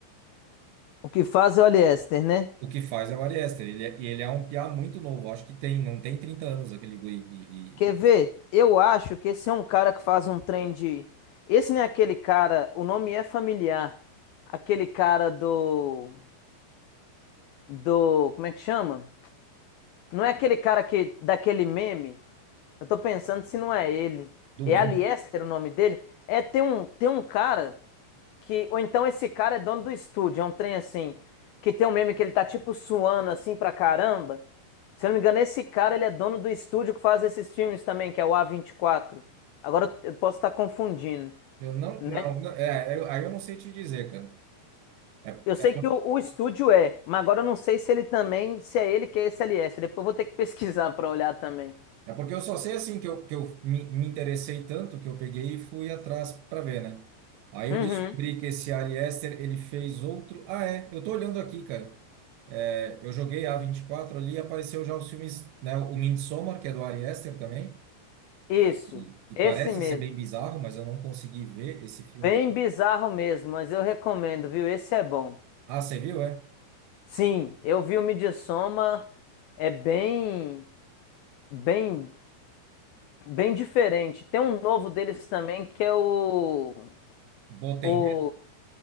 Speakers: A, on the left (about 85°); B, on the right (about 75°).
A: O que faz é Oliéster, né?
B: O que faz é o Ari Aster, ele é, e ele é um piá muito novo, acho que tem, não tem 30 anos aquele guri, e,
A: Quer
B: e-
A: ver? Eu acho que esse é um cara que faz um trem de. Esse não é aquele cara, o nome é familiar. Aquele cara do. Do. Como é que chama? Não é aquele cara que daquele meme? Eu tô pensando se não é ele.
B: do
A: É
B: meme
A: Aliester o nome dele? É, tem um, tem um cara que. Ou então esse cara é dono do estúdio, é um trem assim. Que tem um meme que ele tá tipo suando assim pra caramba. Se eu não me engano, esse cara ele é dono do estúdio que faz esses filmes também, que é o A24. Agora eu posso estar confundindo,
B: Eu não,
A: né?
B: não, não- é, eu- aí eu não sei te dizer, cara. É,
A: Eu sei que o, o estúdio é, mas agora eu não sei se ele também, se é ele que é esse LS. Depois eu vou ter que pesquisar pra olhar também.
B: é porque eu só sei assim que eu, que eu me, me interessei tanto que eu peguei e fui atrás para ver, né? Aí
A: Uhum.
B: eu descobri que esse Ari Aster, ele fez outro. Ah, é, eu tô olhando aqui, cara. É, eu joguei a vinte e quatro ali e apareceu já os filmes, né? O Midsommar, que é do Ari Aster também.
A: Isso,
B: E, e
A: esse
B: parece
A: mesmo.
B: ser bem bizarro, mas eu não consegui ver esse filme.
A: Bem
B: aí.
A: bizarro mesmo, mas eu recomendo, viu? Esse é bom.
B: Ah, você viu, é?
A: Sim, eu vi o Midsommar, é bem, bem, bem diferente. Tem um novo deles também que é o,
B: Botei
A: o,
B: medo?